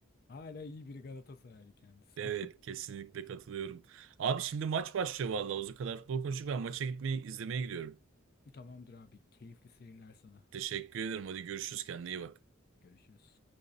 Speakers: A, on the left; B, on the right.
A: hala iyi bir Galatasaraylı kendisi.
B: evet kesinlikle katılıyorum. Abi şimdi maç başlıyor vallahi. O kadar futbol konuştuk. Ben maça gitmeyi izlemeye gidiyorum.
A: Tamamdır abi. Keyifli seyirler sana.
B: Teşekkür ederim. Hadi görüşürüz. Kendine iyi bak.
A: Görüşürüz.